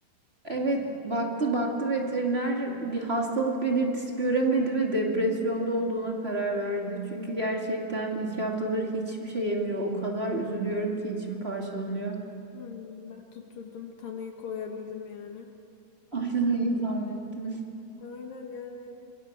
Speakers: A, on the right; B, on the left.
A: Evet, baktı baktı veteriner bir hastalık belirtisi göremedi ve depresyonda olduğuna karar verdi. Çünkü gerçekten iki haftadır hiçbir şey yemiyor. O kadar üzülüyorum ki içim parçalanıyor.
B: Hmm, bak tuturdum tanıyı koyabildim yani.
A: <laughs> Aynen iyi tahmin ettin.
B: Aynen yani